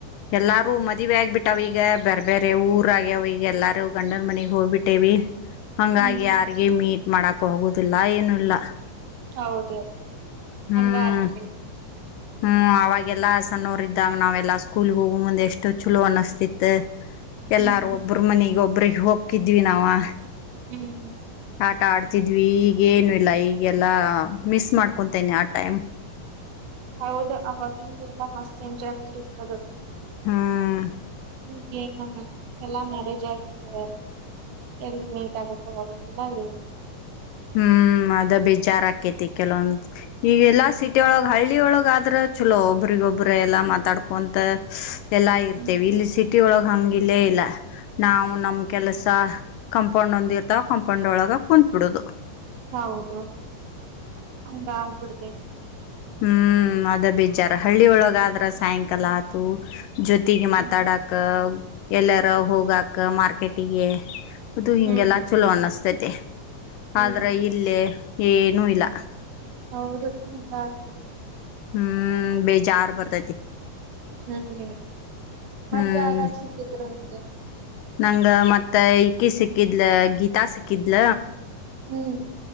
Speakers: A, on the left; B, on the right.
A: ಎಲ್ಲಾರೂ ಮದುವಿ ಆಗ್ಬಿಟ್ಟಾವೀಗ ಬ್ಯಾರೆ ಬ್ಯಾರೆ ಊರ ಆಗ್ಯಾವ ಈಗ ಎಲ್ಲಾರೂ ಗಂಡನ ಮನಿಗ್ ಹೋಗ್ಬಿಟ್ಟೇವಿ. ಹಂಗಾಗಿ
B: ಹ್ಮ್
A: ಯಾರ್ಗಿ ಮೀಟ್ ಮಾಡಕ್ ಹೋಗುದ್. ತಿಲ್ಲ ಏನುೂ ಇಲ್ಲ.
B: ಹೌದ
A: ಹ್ಮ್
B: ಹಂಗ ಆಗ್ಬಿಟೈತಿ.
A: ಹ್ಮ್ ಅವಾಗೆಲ್ಲಾ ಸಣ್ಣೊರ ಇದ್ದಾಗ ನಾವೆಲ್ಲಾ ಸ್ಕೂಲ್ಗ್ ಹೋಗು ಮುಂದ್ ಎಷ್ಟೋ ಚಲೋ ಅನಸ್ತಿತ. ಎಲ್ಲಾರು
B: ಹ್ಮ್
A: ಒಬ್ಬ್ರ ಮನಿಗ್ ಒಬ್ರಿಗೆ ಹೋಕಿದ್ವಿ ನಾವಾ.
B: ಹ್ಮ್
A: ಆಟ ಆಡ್ತಿದ್ವಿ ಈಗೇನು ಇಲ್ಲ ಈಗೆಲ್ಲ ಮಿಸ್ ಮಾಡ್ಕೊತೇನೆ ಆ ಟೈಮ್.
B: ಹೌದು ಅವಾಗಿಂದ ಎಲ್ಲಾ ಮಸ್ತ್ ಎಂಜಾಯ್ಮೆಂಟ್ ಇತ್ತ ಅದ.
A: ಹ್ಮ್
B: ಈಗೇನು ಎಲ್ಲಾ ಮ್ಯಾರೇಜ್ ಆಗಿಂದ ಎಲ್ಲಿ ಮೀಟ್ ಆಗಕ್ಕು ಆಗೊಂಗಿಲ್ಲ ಏನಿಲ್ಲ.
A: ಹ್ಮ್ ಅದ ಬೇಜಾರ್ ಆಕೈತಿ ಕೆಲವೊಂದ ಈಗೆಲ್ಲಾ ಸಿಟಿ ಒಳಗ್ ಹಳ್ಳಿಒಳಗಾದ್ರ ಚಲೋ ಒಬ್ರಿಗೊಬ್ರ ಎಲ್ಲಾ ಮಾತಾಡ್ಕೊಂತ. ಎಲ್ಲಾ ಇರ್ತೇವೆ
B: ಹ್ಮ್
A: ಇಲ್ಲಿ ಸಿ ಸಿಟಿ ಒಳಗ ಹಂಗಿಲ್ಲೇ ಇಲ್ಲ. ನಾವು ನಮ್ ಕೆಲಸ. ಕಂಪೌಂಡ್ ಒಂದ ಇರ್ತಾವ ಕಂಪೌಂಡ್ ಒಳಗ ಕುಂತ್ಬಿಡೋದು.
B: ಹೌದು ಹಂಗ ಆಗ್ಬಿಡ್ತೈ. ಹ
A: ಹ್ಮ್ ಅದ ಬೇಜಾರ ಹಳ್ಳಿ ಒಳಗಾದ್ರ ಸಾಯಂಕಾಲ ಆತು. ಜೊತಿಗಿ
B: ಹ್ಮ್
A: ಮಾತಾಡಕ. ಎಲ್ಲೆರ ಹೋಗಾಕ್ ಮಾರ್ಕೆಟಿಗೆ. ಅದು ಹಿಂಗೆಲ್ಲ
B: ಹ್ಮ್
A: ಚಲೋ ಅನ್ನಿಸ್ತೈ ತ್ತೆ
B: ಹ್ಮ್
A: ಆದ್ರ ಇಲ್ಲೇ ಏ ಏನು ಇಲ್ಲ.
B: ಹೌದು ಹಂಗ ಆಗ್ತದೆ.
A: ಹ್ಮ್ ಬೇಜಾರ್ ಬರ್ತೈತಿ.
B: ಹ್ಮ್ ಮತ್ತೆ
A: ಹ್ಮ್
B: ಆರಾಮ್ ಸಿಕ್ಕಿದ್ರು ಹ
A: ನಂಗ ಮತ್ತ ಈಕಿ ಸಿಕ್ಕಿದ್ಲ ಗೀತಾ ಸಿಕ್ಕಿದ್ಲ
B: ಹ್ಮ್